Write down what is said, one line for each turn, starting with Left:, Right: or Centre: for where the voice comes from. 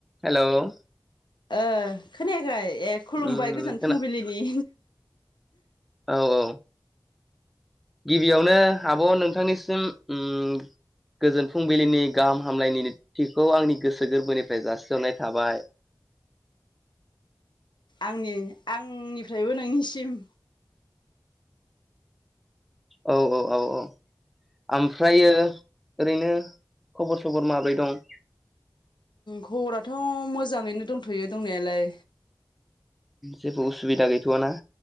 Centre: हेल'
Left: ओ खोनायाखै ए
Centre: उम
Left: खुलुमबाय गोजोन
Centre: खोना
Left: फुंबिलिनि
Centre: औ औ गिबियावनो आब' नोंथांनिसिम ओम गोजोन फुंबिलिनि गाहाम हामलायनायनिथिखौ आंनि गोसो गोरबोनिफ्राय जासिहरनाय थाबाय
Left: आंनि आंनिफ्रायबो नोंनिसिम
Centre: औ औ औ औ ओमफ्रायो ओरैनो खबर सबर माब्रै दं
Left: खबराथ' मोजाङैनो दंथ'यो दंनायालाय
Centre: जेबो उसुबिदा गैथ'वाना